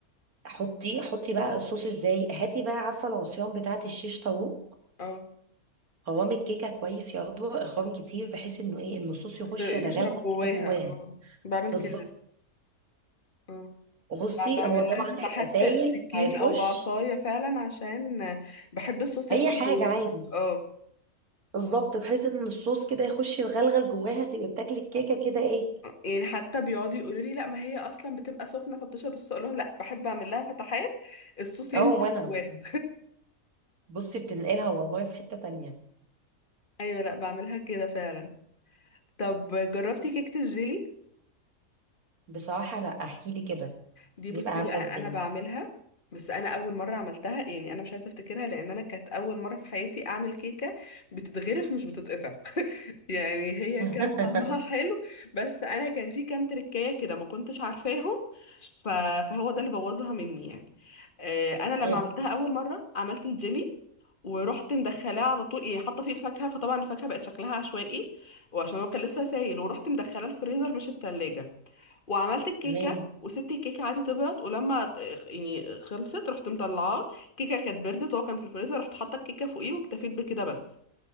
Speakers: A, on the right; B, on the left.
A: حطي حطي بقى الصوص ازاي هاتي بقى عارفه العصيان بتاعه الشيش طاووق
B: اه
A: قوام الكيكه كويس يا عضوة اخوان كتير بحيث انه ايه ان الصوص يخش
B: ت- يشرب
A: يتغلغل
B: جواها
A: كده جواها
B: اه بعمل
A: بالظبط
B: كده اه
A: وبصي
B: ب- بعمل
A: هو طبعا
B: لها فتحات
A: هيبقى سايل
B: بالسكينه
A: هيخش
B: او بعصايه فعلا عشان بحب الصوص يدخل
A: اي حاجه
B: جواها
A: عادي
B: اه
A: بالظبط بحيث ان الصوص كده يخش يتغلغل جواها تبقى بتاكلي الكيكه كده ايه
B: يعني حتى بيقعدوا يقولوا لي لا ما هي اصلا بتبقى سخنه فبتشرب الصوص اقول لهم لا بحب اعمل لها فتحات الصوص ينزل
A: اه وانا
B: جواها
A: بصي بتنقلها والله في حته تانية
B: <laughs> ايوه لا بعملها كده فعلا طب جربتي كيكه الجيلي
A: بصراحه لا احكي لي كده
B: دي
A: بيبقى
B: بصي
A: عامله
B: بقى
A: ازاي
B: انا بعملها بس انا اول مره عملتها يعني انا مش عايزه افتكرها لان انا كانت اول مره في حياتي اعمل كيكه بتتغرف مش بتتقطع <laughs> يعني هي
A: <laughs>
B: كان طعمها حلو بس انا كان في كام تركايه كده ما كنتش عارفاهم ف- فهو ده اللي بوظها مني يعني آه، انا
A: تمام
B: لما عملتها اول مره عملت الجيلي ورحت مدخلاه على طول يعني حاطه فيه الفاكهه فطبعا الفاكهه بقت شكلها عشوائي وعشان هو كان لسه سايل ورحت مدخلاه الفريزر مش التلاجة وعملت الكيكه
A: تمام
B: وسبت الكيكه عادي تبرد ولما ت- يعني خلصت رحت مطلعاه الكيكه كانت بردت وهو كان في الفريزر رحت حاطه الكيكه فوقيه واكتفيت بكده بس